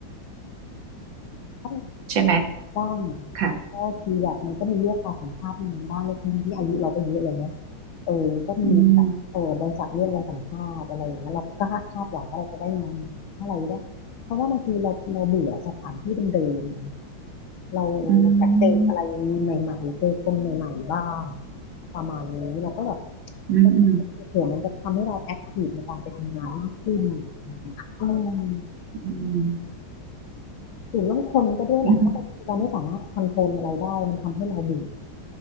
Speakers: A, on the left (about 75°); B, on the right (about 65°).
A: ม
B: ใช่ไหม
A: บ้าง
B: ค่ะ
A: ก็คือแบบมันก็มีเลือกเอาสัมภาษณ์งานบ้างเลยทั้งที่อายุเราก็เยอะเลยเนอะเออก็มีแบบเออบริษัทเลือกเราสัมภาษณ์อะไรอย่างเงี้ยเราก็คาดคาดหวังว่าเราจะได้งานเท่าไหร่ได้เพราะว่าบางทีเราเราเบื่อสถานที่เดิม
B: อืม
A: ๆเรา
B: อื
A: อยากเจออะไรใหม่ๆเจอคนใหม่ๆบ้าง
B: ม
A: ประมาณนี้เราก็แบบ
B: อืมอืม
A: เฮ้ยเผื่อมันจะทำให้เราแอคทีฟในการไปทำงานมากขึ้นอืม
B: อืม
A: ถึงเรื่องคนก็ด้วยแหละเพราะบางทีเราไม่สามารถคอนโทรลอะไรได้มันทำให้เราเบื่อ
B: อืม